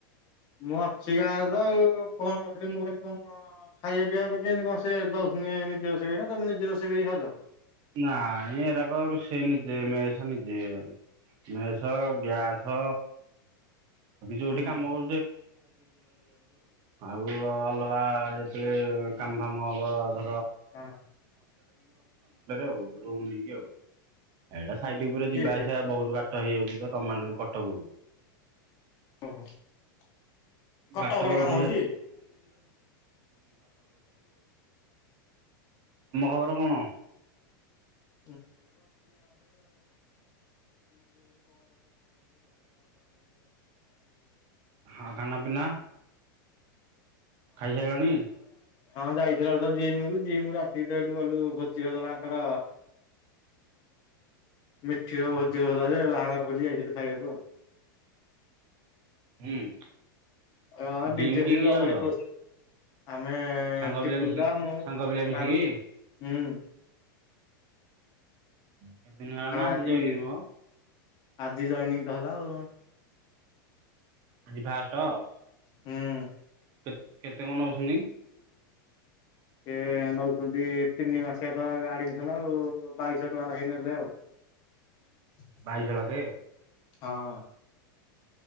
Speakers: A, on the left; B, on the right.
A: ମୁଁ ଅଛି ଗାଁରେ ତ ଆଉ, ଫୋନ <inaudible>
B: ନାଇଁ ଏରାକ ରୁଷେଇ ନିଜେ ମେସ ନିଜେ। ମେସ, ଗ୍ୟାସ ଯଉଠି
A: ହୁଁ
B: କାମ ଆଉ ଅଲଗା ଯେତେ--ଳେ
A: ହଁ
B: ହବ। <inaudible> ଏଇଟା ସାଇଟି ଉପୁରେ
A: କିଏ
B: ଯିବା ଆସିବା ବହୁତୁ ବାଟ ହେଇଯାଉଚି ତ କଟକ
A: <inaudible>
B: <inaudible>
A: କଟକ
B: ତମ
A: ରେ କାମ ହଉଛି
B: ଖବର କ'ଣ?
A: <inaudible> <inaudible> <inaudible>
B: ଆଉ ଖାନା ପିନା ଖାଇସାରିଲଣି
A: ହଁ ଯାଇଥିଲା ଜିମ୍ କୁ, ଜିମ୍ ରୁ ଆସିକି ତ ଏଇଠୁ ଗଲୁ ଭୋଜି ହଉଥିଲା ଆଙ୍କର। ଭୋଜି ହଉଥିଲା ଯେ, ବାହାଘର ଭୋଜି ଯାଇଥିଲୁ ଖାଇବାକୁ ଆଉ।
B: <inaudible>
A: <inaudible>
B: ଜିମ୍ କିଏ କିଏ ଯାଉଛ
A: ଆମେ
B: ସାଙ୍ଗ
A: ଟିପୁଲ୍‌
B: ପିଲା ମିଶିକି
A: ଦା ମୁଁ
B: ସାଙ୍ଗ ପିଲା ମିଶିକି
A: କାଳୁ ହୁଁ।
B: କେତେ ଦିନ ହେଲାଣି ନା
A: ଆଜି,
B: ଜଏନିଂ ମ
A: ଆଜି ଜଏନିଂ ତ ହେଲା ଆଉ।
B: <inaudible>
A: ହୁଁ।
B: <inaudible>
A: ସେ ନଉ--ନ୍ତି ତିନି ମାସିଆ ତ ଆ---ମିସନ ଆଉ ବାଇଶ ଟଙ୍କା ଲେଖେ ନେଲେ ଆଉ। <inaudible>
B: <inaudible>
A: ହଁ!